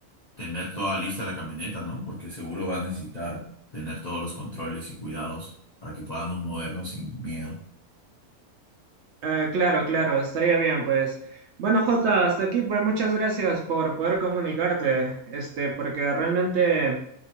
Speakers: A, on the left; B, on the right.
A: tener toda lista la camioneta, ¿no? Porque seguro va a necesitar tener todos los controles y cuidados para que podamos movernos sin miedo.
B: Ah, claro, claro, estaría bien, pues. Bueno, Jota, hasta aquí, pues muchas gracias por poder comunicarte, este, porque realmente